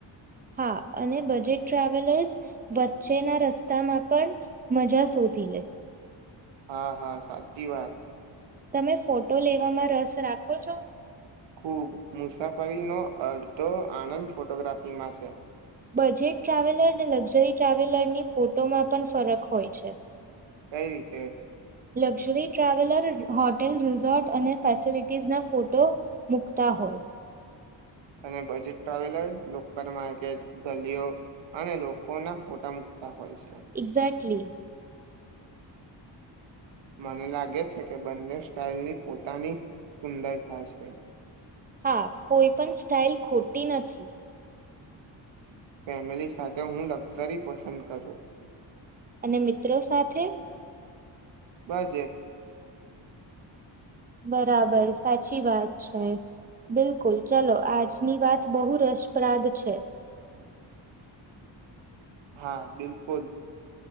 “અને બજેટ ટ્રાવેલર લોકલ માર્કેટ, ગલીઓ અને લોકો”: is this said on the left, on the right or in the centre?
Right